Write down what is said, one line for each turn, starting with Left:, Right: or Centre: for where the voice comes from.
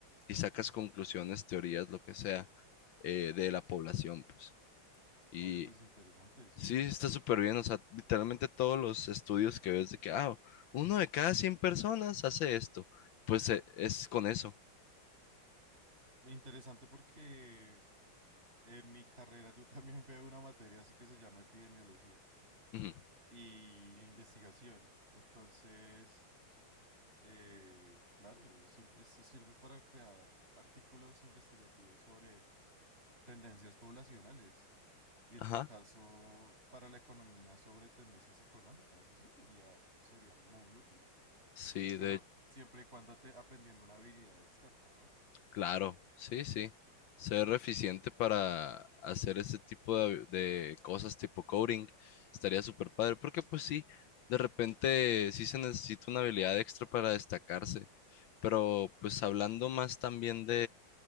Left: y sacas conclusiones, teorías, lo que sea, eh, de la población, pues. Y
Right: Oye, pues interesante, sí.
Left: Sí, está súper bien. O sea, literalmente todos los estudios que ves de que, ah, uno de cada 100 personas hace esto. Pues eh, es con eso.
Right: Interesante porque en mi carrera yo <laughs> también veo una materia así que se llama epidemiología
Left: Ujú.
Right: y e investigación. Entonces, eh, claro, sim- esto sirve para crear artículos investigativos sobre tendencias poblacionales. Y en
Left: Ajá.
Right: tu caso, para la economía sobre tendencias económicas, eso sería, sería muy útil.
Left: Sí,
Right: Pero
Left: de,
Right: siempre y cuando te aprendiendo una habilidad externa, ¿no?
Left: claro. Sí, sí. Ser eficiente para hacer ese tipo de, de cosas tipo coding estaría súper padre. Porque pues sí, de repente sí se necesita una habilidad extra para destacarse. Pero pues hablando más también